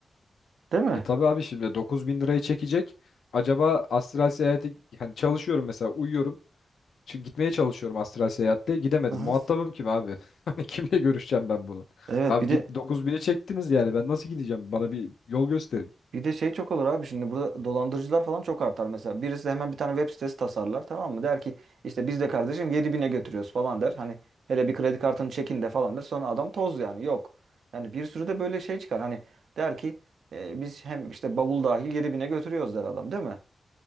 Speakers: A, on the right; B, on the left.
A: Değil mi?
B: e, tabii abi şimdi 9000 lirayı çekecek. Acaba astral seyahati hani çalışıyorum mesela uyuyorum. Çünkü gitmeye çalışıyorum astral seyahatte. Gidemedim.
A: Aha.
B: Muhatabım kim abi? <laughs> Hani kimle görüşeceğim ben bunu?
A: Evet
B: Abi
A: bir
B: git
A: de
B: 9000'e çektiniz yani. Ben nasıl gideceğim? Bana bir yol gösterin.
A: Bir de şey çok olur abi şimdi burada dolandırıcılar falan çok artar mesela. Birisi hemen bir tane web sitesi tasarlar tamam mı? Der ki işte biz de kardeşim yedi bine götürüyoruz falan der. Hani hele bir kredi kartını çekin de falan der. Sonra adam toz yani yok. Yani bir sürü de böyle şey çıkar. Hani der ki "E, biz hem işte bavul dahil yedi bine götürüyoruz der adam değil mi?